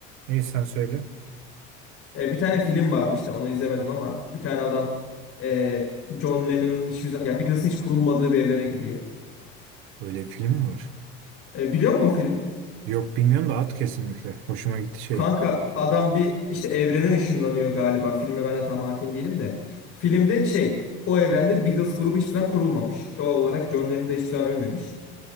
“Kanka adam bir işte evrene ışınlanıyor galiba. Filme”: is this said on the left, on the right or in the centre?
Left